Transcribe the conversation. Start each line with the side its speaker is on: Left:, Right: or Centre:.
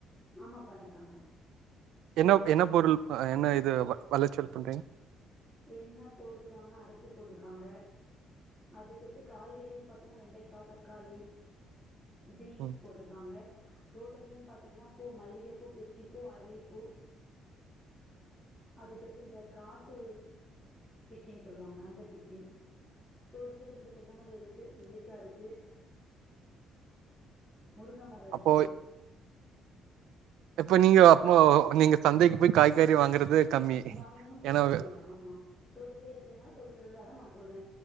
Centre: ஆமா பண்றாங்க.
Right: என்ன என்ன பொருள் என்ன இது வெளச்சல் பண்றீங்
Centre: என்ன போட்டிருக்காங்கனா அரிசி போட்டிருக்காங்க அதுக்கடுத்து காய்கறிகள்னு பாத்தோன்னா வெண்டைக்காய் தக்காளி பீன்ஸ்
Right: ம்
Centre: போடுறது இருக்காங்க தோட்டத்துலந் பாத்தீங்கனா பூ மல்லிகைப்பூ பிச்சிப்பூ அரளிப்பூ அதுக்கடுத்து இந்த காட்டு பிச்சனு சொல்வாங்க அந்த பிச்சி தோட்டத்துல திரும்ப தென்னைமரோ இருக்கு நெல்லிக்காருக்கு முருங்க மரோ இருக்குது
Right: அப்போ இப்ப நீங்க அப்போ நீங்க சந்தைக்கு போய் காய்கறி வாங்குறது கம்மி
Centre: வாங்கணுனு தேவையில்ல
Right: ஏன்னா வே-
Centre: ஆமா தோட்டத்துலே இருக்கதுனால தோட்டத்துல உள்ளழுதா நா சொல்றே